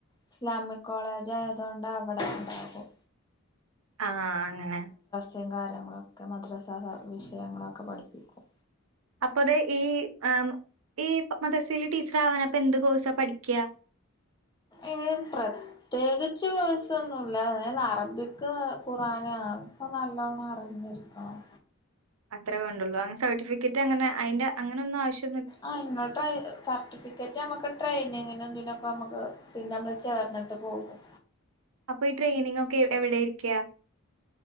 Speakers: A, on the left; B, on the right.
A: ഇസ്ലാമിക് കോളേജായതോണ്ട് അവടെ ഇണ്ടാകും
B: ആഹ് അങ്ങനെ
A: സെം കാര്യങ്ങളൊക്കെ മദ്രസ ഹ വിഷയങ്ങളൊക്കെ പഠിപ്പിക്കും
B: അപ്പൊതെ ഈ എ് ഈ മദരസേല് ടീച്ചർ ആവാൻ അപ്പൊ എന്ത് കോഴ്സാ പഠിക്ക
A: ഏയ് പ്രത്യേകിച്ച് കോഴ്സൊന്നുല്ല അയ് അറബിക് ഖുറാന് ആ ക്കെ നല്ലോണം അറിഞ്ഞിരിക്കണം
B: അത്രേ വേണ്ടുള്ളൂ അങ്ങനെ സർട്ടിഫിക്കറ്റ് അങ്ങനെ അയിന്റെ അങ്ങനൊന്നും ആവശ്യ
A: ആഹ് ഇങ്ങൾടായി സർട്ടിഫിക്കറ്റ് അമ്മുക്ക് ട്രെയിനി അയിനും ഇതിനൊക്കെ നമ്മുക്ക് പിന്നെ മ്മള് ചേർന്നിട്ട് പോകും
B: അപ്പൊ ഈ ട്രെയിനിങ് ഒക്കെ എ എവിടെ ഇരിക്കാ